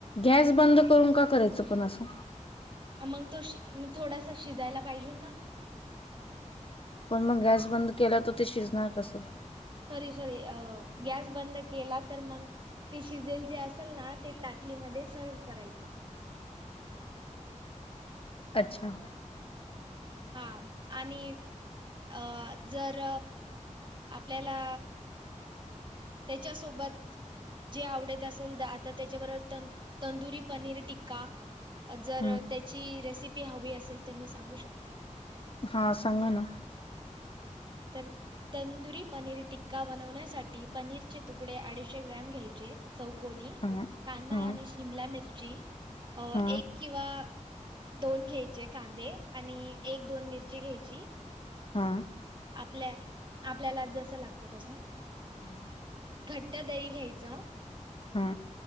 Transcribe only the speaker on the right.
मग तो श थोडासा शिजायला पाहिजे ना.
सॉरी सॉरी अह गॅस बंद केला तर मग ते शिजेल जे असेल ना ते ताटलीमध्ये सर्व्ह करायचं.
हा आणि अ जर आपल्याला त्याच्यासोबत जे आवडत असेल आता त्याच्याबरोबर तंदुरी पनीर टिक्का. जर
त्याची रेसिपी हवी असेल तर मी सांगू शकते.
तर तंदुरी पनीर टिक्का बनवण्यासाठी पनीरचे तुकडे अडीचशे ग्रॅम घ्यायचे चौकोनी
कांदा
आणि शिमला मिरची अ
एक किंवा दोन घ्यायचे कांदे आणि एक दोन मिरची घ्यायची.
आपल्या आपल्याला जसं लागतं तसं.
घट्ट दही घ्यायचं